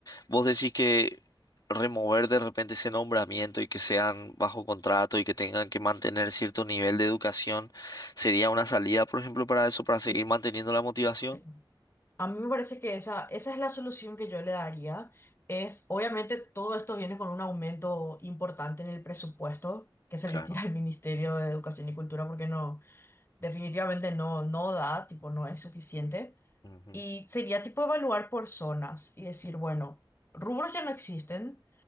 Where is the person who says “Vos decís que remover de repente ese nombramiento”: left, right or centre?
Left